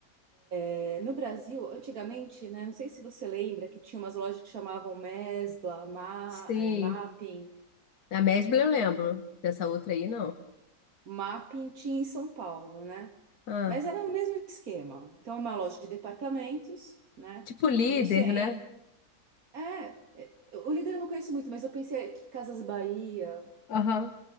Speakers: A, on the right; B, on the left.
A: É, No Brasil, antigamente, né, não sei se você lembra que tinha umas lojas que chamavam Mesbla, Ma,
B: Sim.
A: é, Mapping.
B: A Mesbla eu lembro. Dessa outra aí, não.
A: Mapping tinha em São Paulo, né?
B: Ah.
A: Mas era o mesmo esquema. Então, é uma loja de departamentos, né,
B: Tipo líder,
A: que você entra.
B: né?
A: É, é, o líder eu não conheço muito, mas eu pensei que Casas Bahia,
B: Aham,